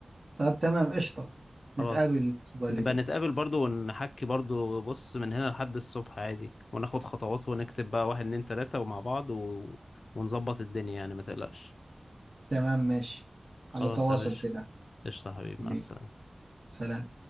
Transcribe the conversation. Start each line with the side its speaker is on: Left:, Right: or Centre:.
Right: طب تمام قشطة
Left: خلاص
Right: نتقابل الأسبوع اللي
Left: نبقى
Right: جاي
Left: نتقابل برضو ونحكي برضو بص من هنا لحد الصبح عادي وناخد خطوات ونكتب بقى واحد اتنين تلاتة ومع بعض و... ونظبط الدنيا يعني ما تقلقش
Right: تمام ماشي
Left: خلاص
Right: على تواصل
Left: يا باشا
Right: كده
Left: قشطة حبيبي
Right: حبيبي
Left: مع السلامة
Right: سلام